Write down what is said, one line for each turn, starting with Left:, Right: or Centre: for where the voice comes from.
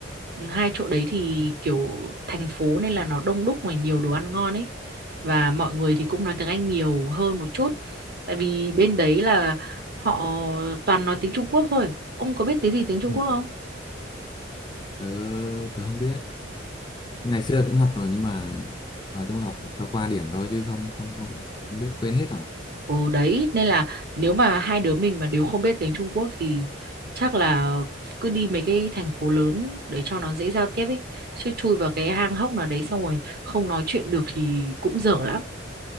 Right: Ừ, hai chỗ đấy thì kiểu thành phố nên là nó đông đúc và nhiều đồ ăn ngon ấy và mọi người thì cũng nói tiếng Anh nhiều hơn một chút tại vì bên đấy là họ toàn nói tiếng Trung Quốc thôi ông có biết tiếng gì tiếng Trung
Left: Ừ.
Right: Quốc không
Left: Tớ, tớ không biết. Ngày xưa cũng học rồi nhưng mà nói chung là học cho qua điểm thôi chứ không không không, không biết quên hết rồi.
Right: Ừ đấy nên là nếu mà hai đứa mình mà đều không biết tiếng Trung Quốc thì chắc là cứ đi mấy cái thành phố lớn để cho nó dễ giao tiếp ấy chứ chui vào cái hang hốc nào đấy xong rồi không nói chuyện được thì cũng dở lắm